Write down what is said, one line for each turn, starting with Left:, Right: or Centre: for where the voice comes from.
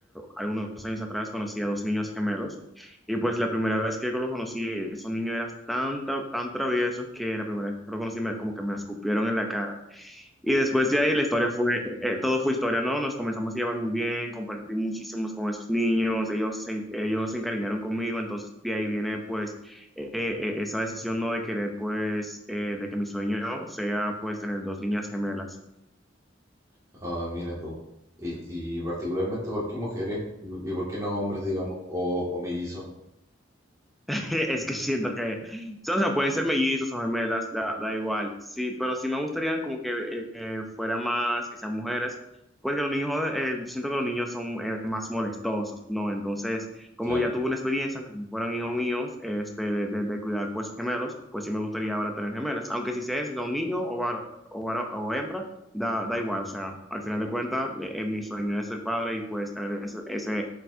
Centre: algunos años atrás conocí a dos niños gemelos y pues la primera vez que lo conocí, esos niños eran tan, tan, tan traviesos que la primera vez que lo conocí me- como que me escupieron en la cara. Y después de ahí la historia fue, eh, eh, todo fue historia, ¿no? Nos comenzamos a llevar muy bien, compartí muchísimos con esos niños, ellos se, ellos se encariñaron conmigo, entonces de ahí viene pues eh, eh, esa decisión, ¿no? De querer pues eh, de que mi sueño sea pues tener dos niñas gemelas.
Right: Ah, mira tú. Y, y particularmente, ¿por qué mujeres? ¿Y por qué no hombres, digamos? O, o mellizos,
Centre: <laughs> Es que siento que, o sea, pueden ser mellizos o gemelas, da, da igual. Sí, pero sí me gustaría como que eh, eh, fuera más, que sean mujeres, porque los niños, eh, yo siento que los niños son eh, más molestosos, ¿no? Entonces, como
Right: claro.
Centre: ya tuve una experiencia, aunque fueron hijos míos, este, de, de- de cuidar pues gemelos, pues sí me gustaría ahora tener gemelas. Aunque si sea, si son niños o, var- o, var- o hembra, da, da igual. O sea, al final de cuentas, eh, eh, mi sueño es ser padre y pues tener ese, ese